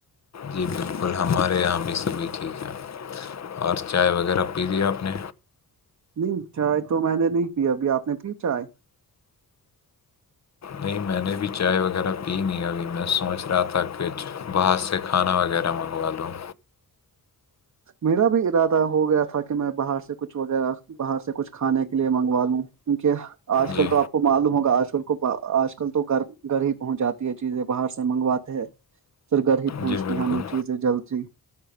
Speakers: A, on the left (about 45°); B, on the right (about 50°).
A: جی بالکل ہمارے یہاں بھی یہ سبھی ٹھیک ہے اور چائے وغیرہ پی دیا آپ نے
B: نہیں چائے تو میں نے نہیں پی ابھی آپ نے پی چائے
A: نہیں میں نے بھی چائے وغیرہ پی نہیں ابھی میں سوچ رہا تھا پچ باہر سے کھانا وغیرہ منگوا دووں
B: میرا بھی ارادہ ہو گیا تھا کہ میں باہر سے کچھ وغیرہ باہر سے کچھ کھانے کے لیے منگوا لوں کیونکہ آج
A: جی
B: کل تو آپ کو معلوم ہوگا آج کل آج کل تو گھر گھر ہی پہنچ جاتی ہے چیزیں باہر سے منگواتے ہیں پھر گھر ہی پہنچتی
A: جی بالکل
B: ہمیں چیزیں جلد ہی